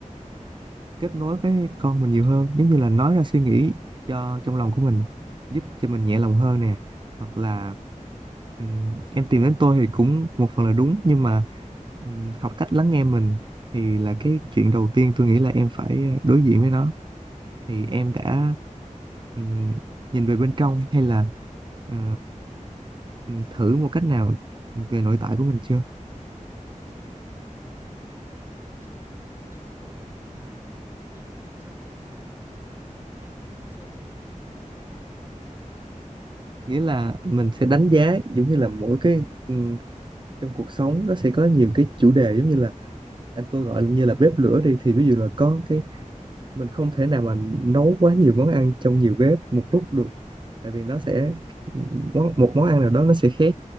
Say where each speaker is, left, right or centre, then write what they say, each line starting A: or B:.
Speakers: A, on the right; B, on the right.
A: kết nối với con mình nhiều hơn giống như là nói ra suy nghĩ cho trong lòng của mình giúp cho mình nhẹ lòng hơn nè hoặc là ừm, em tìm đến tôi thì cũng một phần là đúng nhưng mà ừm, học cách lắng nghe mình thì là cái chuyện đầu tiên tôi nghĩ là em phải ờ, đối diện với nó thì em đã ừm, nhìn về bên trong hay là ờ, ừm, thử một cách nào về nội tại của mình chưa
B: Ờ, em nghĩ là em chưa. Ý của anh là nhìn vào bên trong tức là là em phải tự soi gương bản thân mình hay như nào ạ?
A: nghĩa là mình sẽ đánh giá giống như là mỗi cái ừm, trong cuộc sống nó sẽ có nhiều cái chủ đề giống như là anh tôi gọi như là bếp lửa đi thì ví dụ là có cái mình không thể nào mà nấu quá nhiều món ăn trong nhiều bếp một lúc được tại vì nó sẽ món một món ăn nào đó nó sẽ khét